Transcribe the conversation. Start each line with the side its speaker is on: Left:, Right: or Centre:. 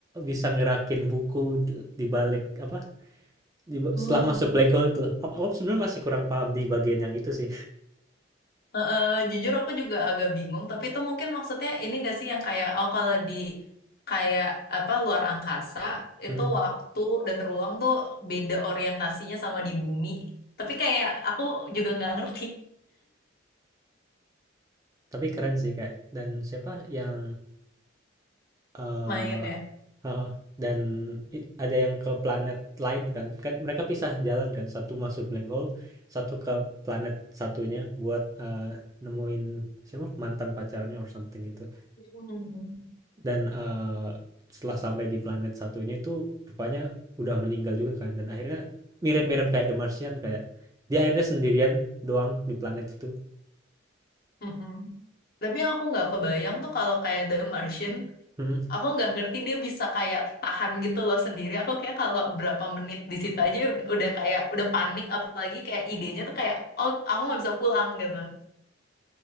Right: bisa ngerakin buku de di balik apa, di ba
Left: Oh,
Right: setelah masuk black hole itu loh. Aku aku sebenarnya masih kurang paham di bagian yang itu sih.
Left: Heeh, jujur aku juga agak bingung, tapi itu mungkin maksudnya ini nggak sih yang kayak oh kalau di kayak apa luar angkasa itu
Right: Mhm,
Left: waktu dan ruang tuh beda orientasinya sama di bumi. Tapi kayak aku juga nggak ngerti
Right: tapi keren sih kayak dan siapa yang, eh,
Left: <laughs> mainnya.
Right: Heeh, dan it ada yang ke planet lain kan. Kan mereka pisah jalan kan, satu masuk black hole, satu ke planet satunya buat eh, nemuin siapa mantan pacarnya or something gitu.
Left: Mm-mm.
Right: Dan eh, setelah sampai di planet satunya itu rupanya udah meninggal juga kan dan akhirnya mirip-mirip kayak The Martian kayak dia akhirnya sendirian doang di planet itu.
Left: Mm-mm. Tapi yang aku nggak kebayang tuh kalau kayak The Martian,
Right: Hmm,
Left: aku nggak ngerti dia bisa kayak tahan gitu loh sendiri. Aku kayak kalau berapa menit di situ aja udah, udah kayak udah panik, apalagi kayak idenya tuh kayak oh aku nggak bisa pulang gitu.